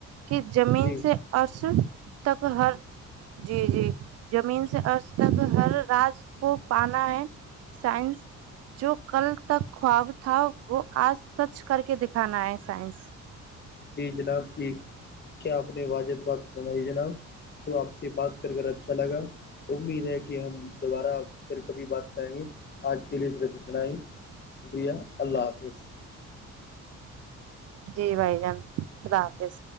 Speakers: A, on the right; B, on the left.
A: کہ جم
B: جی
A: سے ارس تک ہر جی جی زمین سے ارج تک ہر راج کو پانا ہے سائنس جو کل تک خواب تھا وہ آج سچ کر کے دکھانا ہے سائنس
B: جی جناب ٹھیک کیا آپ نے واجحد بات سمائی جناب تو آپ سے بات کر کر اچھا لگا امید ہے کہ ہم دوبارہ پھر کبھی بات کریں گے آج کے لیے رت بنائی شکریہ اللہ حافظ
A: جی بھائی جان خدا حافظ